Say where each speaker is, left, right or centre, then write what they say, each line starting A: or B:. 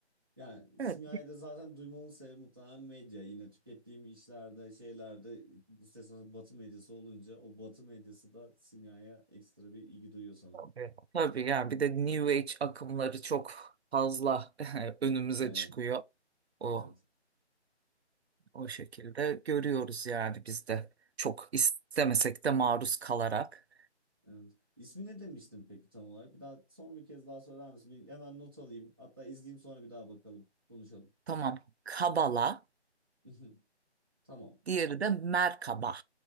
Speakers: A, on the right; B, on the right.
A: Yani
B: Evet
A: simyayı da zaten duymamın sebebi muhtemelen medya. Yine tükettiğim işlerde, şeylerde isterseniz batı medyası olunca o batı medyası da simyaya ekstra bir ilgi duyuyor sanırım.
B: tabii. Tabii yani bir de New Age akımları çok fazla <laughs> önümüze
A: Evet,
B: çıkıyor. O
A: evet.
B: O şekilde görüyoruz yani biz de çok istemesek de maruz kalarak.
A: Evet. İsmi ne demiştin peki tam olarak? Bir daha son bir kez daha söyler misin? Bir hemen not alayım. Hatta izleyeyim sonra bir daha bakalım. Konuşalım.
B: Tamam, kabala,
A: <laughs> Tamam.
B: diğeri de merkaba.